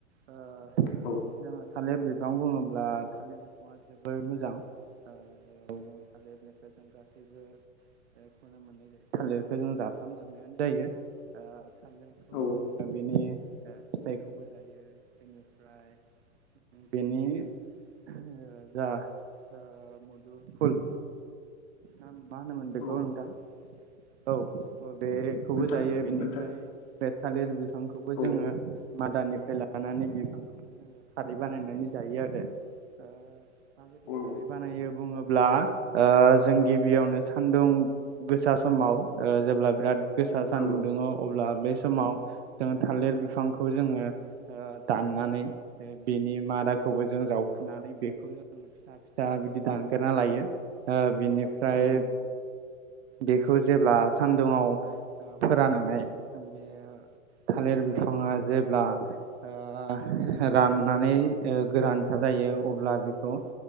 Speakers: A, on the right (about 55°); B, on the left (about 40°).
A: ओ
B: औ
A: थालिर बिफां बुङोब्ला थालिर बिफाङा जोबोर मोजां ओ जों जेराव थालिरनि जों गासैबो बेखौनो मोननाय जायो थालिरखो जों जााफ्रामजोबनायानो जायो। थालिरखौ
B: औ
A: जोङो बेनि ओ फिथाइखौबो जायो बेनिफ्राय बेनि जा ओ मदुफुल ना मा मा होनोमोन बेखौ
B: औ
A: नोंथां औ बेखौबो
B: नोंथां
A: जायो बेनिफ्राय
B: नोंथां
A: बे थालिर बिफांखौबो
B: औ
A: जोङो मादानि लानानै बिफांखौबो जोङो खारै बानायनानै जायो आरो ओ माबायदि
B: औ
A: खारै बानायो बुङोब्ला ओ जों गिबियावनो सान्दुं गोसा समाव ओ जेब्ला बिराद गोसा सानदुं
B: औ
A: दुङो अब्ला बे समाव जों थालिर बिफांखौ जोङो ओ दाननानै बेनि मादाखौबो जों जावफुनानै बेखौ जोङो फिसा फिसा बिदि दानगोरना लायो ओ बिनिफ्राय
B: औ
A: बेखौ जेब्ला सानदुङाव फोराननानै बे थालिर बिफाङा जेब्ला ओ राननानै ओ गोरान था जायो अब्ला बेखौ